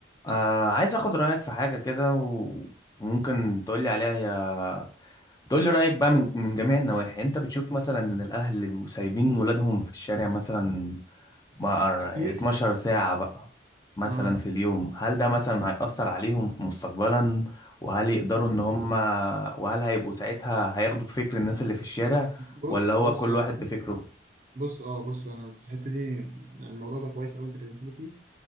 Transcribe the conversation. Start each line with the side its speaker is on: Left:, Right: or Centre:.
Left: آه عايز اخد رأيك في حاجة كده و- وممكن تقولي عليها هي تقولي رأيك بقى من من جميع النواحي انت بتشوف مثلا ان الاهل اللي بيبقوا سايبين ولادهم في الشارع مثلا ما أر-
Right: كتير
Left: يعني 12 ساعة بقى مثلا
Right: اه
Left: في اليوم هل ده مثلا هيأثر عليهم في مستقبلا وهل يقدروا ان هم وهل هيبقوا ساعتها هياخدوا بفكر الناس اللي في الشارع
Right: بص
Left: ولا هو
Right: بص
Left: كل واحد بفكره
Right: بص اه بص انا في الحته دي يعني الموضوع ده كويس قوي انت كلمتني فيه